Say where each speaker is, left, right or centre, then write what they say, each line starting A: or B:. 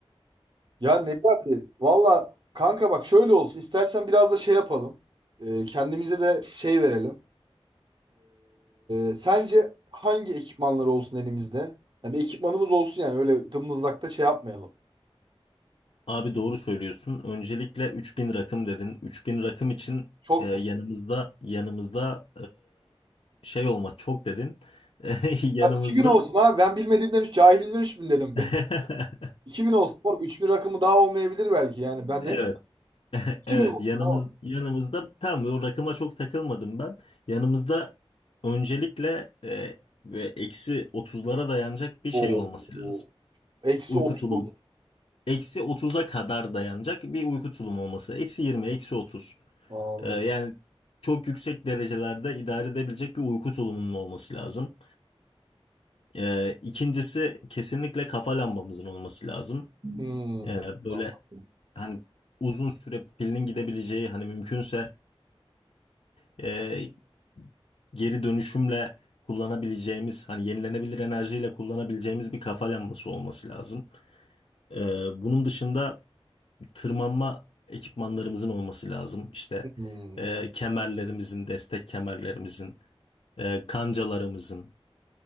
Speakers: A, on the right; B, on the left.
A: Ya Necati, valla kanka bak şöyle olsun. istersen biraz da şey yapalım. Ee, kendimize de şey verelim. Ee, sence hangi ekipmanlar olsun elimizde? Ya bir ekipmanımız olsun yani öyle dımdızlakta şey yapmayalım.
B: Abi doğru söylüyorsun. Öncelikle 3000 rakım dedin. 3000 rakım için
A: Çok
B: e, yanımızda
A: mu?
B: yanımızda e, şey olmaz çok dedin. <laughs> Yanımızda
A: Ya 2000 olsun ha, Ben bilmediğimden 3, cahilimden 3000 dedim
B: <laughs>
A: be. <laughs> 2000 olsun. Oğlum 3000 rakamı daha olmayabilir belki yani. Ben
B: evet
A: ne bileyim
B: <laughs>
A: 2000
B: evet
A: olsun.
B: yanımız
A: Tamam.
B: yanımızda tam o rakıma çok takılmadım ben. Yanımızda öncelikle e, ve eksi 30'lara dayanacak bir şey
A: Oo.
B: olması lazım.
A: oo. Eksi
B: Uyku
A: 30.
B: tulum eksi 30'a kadar dayanacak bir uyku tulumu olması. Eksi 20, eksi 30.
A: Anladım.
B: Ee, yani çok yüksek derecelerde idare edebilecek bir uyku tulumunun olması lazım. Ee, ikincisi kesinlikle kafa lambamızın olması lazım.
A: Hmm.
B: Ee, böyle
A: Tamam.
B: hani uzun süre pilinin gidebileceği hani mümkünse e, geri dönüşümle kullanabileceğimiz hani yenilenebilir enerjiyle kullanabileceğimiz bir kafa lambası olması lazım. Ee, bunun dışında tırmanma ekipmanlarımızın olması lazım. İşte
A: Hmm.
B: e, kemerlerimizin, destek kemerlerimizin e, kancalarımızın